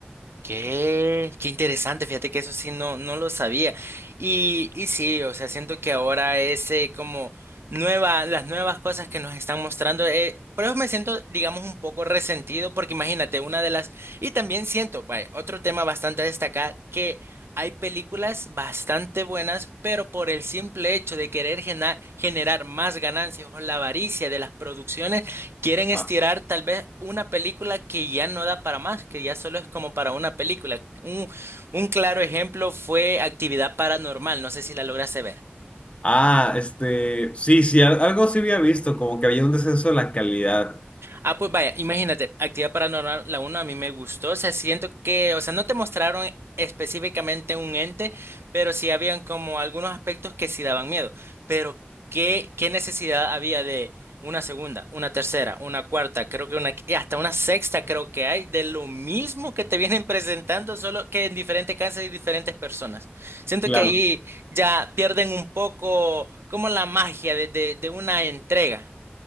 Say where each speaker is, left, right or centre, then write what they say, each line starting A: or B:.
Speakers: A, on the right (about 80°); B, on the left (about 30°).
A: Qué, qué interesante, fíjate que eso sí no, no lo sabía. Y, y sí, o sea, siento que ahora ese como nueva, las nuevas cosas que nos están mostrando, eh, por eso me siento, digamos, un poco resentido, porque imagínate, una de las, y también siento, vaya, otro tema bastante a destacar, que hay películas bastante buenas, pero por el simple hecho de querer gena- generar más ganancias o la avaricia de las producciones Quieren estirar
B: Ah,
A: tal vez una película que ya no da para más, que ya solo es como para una película. Un, un claro ejemplo fue Actividad Paranormal, no sé si la lograste ver.
B: Ah, este, sí, sí, al- algo sí había visto, como que había un descenso de la calidad.
A: Ah, pues vaya, imagínate, Actividad Paranormal, la uno a mí me gustó, o sea, siento que, o sea, no te mostraron específicamente un ente, pero sí habían como algunos aspectos que sí daban miedo, pero ¿qué, qué necesidad había de una segunda, una tercera, una cuarta, creo que una, y hasta una sexta creo que hay, de lo mismo que te <laughs> vienen presentando, solo que en diferentes casas y diferentes personas. Siento
B: Claro.
A: que ahí ya pierden un poco como la magia de, de de una entrega.